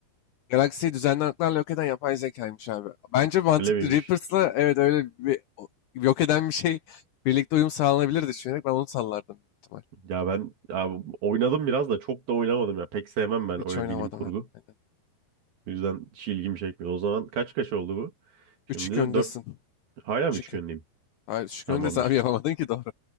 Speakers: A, on the left; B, on the right.
A: Galaksiyi düzenli aralıklarla yok eden yapay zekaymış abi. Bence mantıklı.
B: Öyle miymiş?
A: Reapers'la evet öyle bir o- yok eden bir şey birlikte uyum sağlanabilir düşünerek ben onu sallardım. büyük ihtimal.
B: Ya ben ya oynadım biraz da çok da oynamadım ya. Pek sevmem ben
A: Hiç
B: öyle
A: oynamadım.
B: bilim kurgu.
A: herhalde.
B: O yüzden hiç ilgimi çekmiyor. O zaman kaç kaç oldu bu? Şimdi
A: 3-2 öndesin.
B: dört, Hala
A: 3-2.
B: mı 3 gönleyim?
A: Hayır 3-2
B: Tamamdır.
A: öndesin abi yapamadın ki doğru.